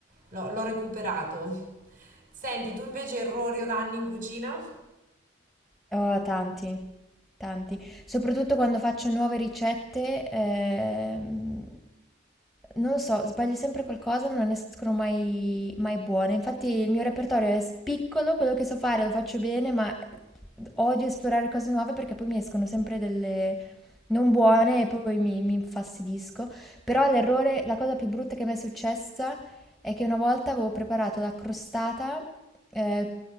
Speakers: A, on the right (about 45°); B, in the centre.
A: l'ho l'ho recuperato. Senti, tu invece errori o danni in cucina?
B: Oh, tanti, tanti. Soprattutto quando faccio nuove ricette, ehm, non lo so, sbaglio sempre qualcosa, non ne escono mai, mai buone. Infatti il mio repertorio è s- piccolo, quello che so fare lo faccio bene, ma eh, odio esplorare cose nuove perché poi mi escono sempre delle non buone e poi mi, mi infastidisco. Però l'errore, la cosa più brutta che mi è successa è che una volta avevo preparato la crostata, eh,